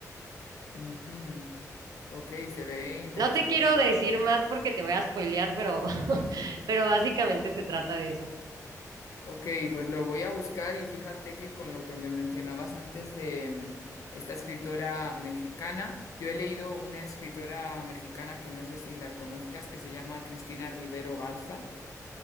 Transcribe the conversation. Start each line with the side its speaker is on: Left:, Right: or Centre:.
Left: Ujú. Ok, se ve interesante
Right: No te quiero
Left: luego.
Right: decir más porque te voy a spoilear, pero, <laughs> pero básicamente se trata de eso.
Left: Ok, pues lo voy a buscar y fíjate que con lo que me mencionabas antes de mm, esta escritora mexicana, yo he leído una escritora mexicana que no sé si la conozcas, que se llama Cristina Rivero Garza.